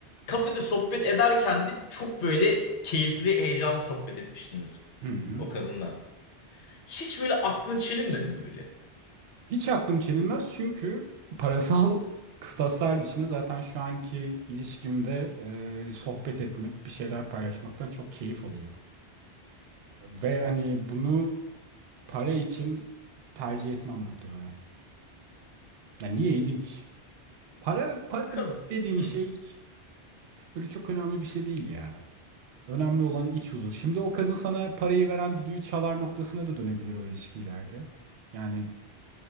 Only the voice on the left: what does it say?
Kafede sohbet ederken de çok böyle keyifli, heyecanlı sohbet etmiştiniz
o kadınla. Hiç böyle aklın çelinmedi mi bile?
Kadın.
Hı.